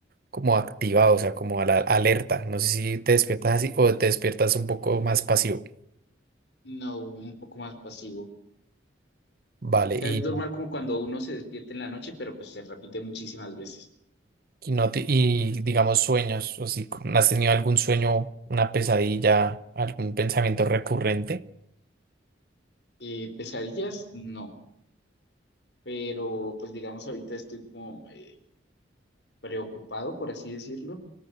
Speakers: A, on the right; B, on the left.
A: como activado, o sea, como a la alerta. No sé si te despiertas así o te despiertas un poco más pasivo.
B: No, un poco más pasivo.
A: Vale,
B: O
A: y,
B: sea, es normal como cuando uno se despierta en la noche, pero pues se repite muchísimas veces.
A: y no te- y digamos sueños, o si como has tenido algún sueño, una pesadilla, algún pensamiento recurrente.
B: Eh, pesadillas, no, pero pues digamos ahorita estoy como eh, preocupado, por así decirlo,